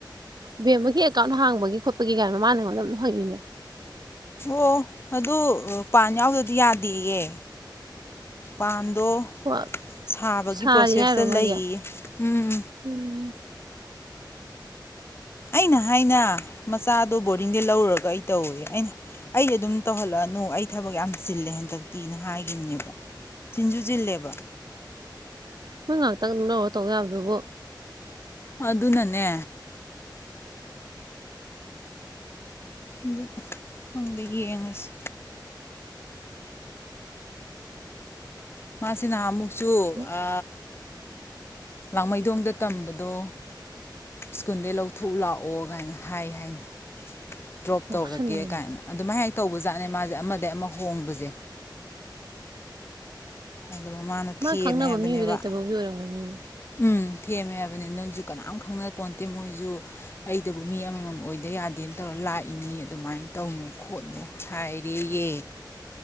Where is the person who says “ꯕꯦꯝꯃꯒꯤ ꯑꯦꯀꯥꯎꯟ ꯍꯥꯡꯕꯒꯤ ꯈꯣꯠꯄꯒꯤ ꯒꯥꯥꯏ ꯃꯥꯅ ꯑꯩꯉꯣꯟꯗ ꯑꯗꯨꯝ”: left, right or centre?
Right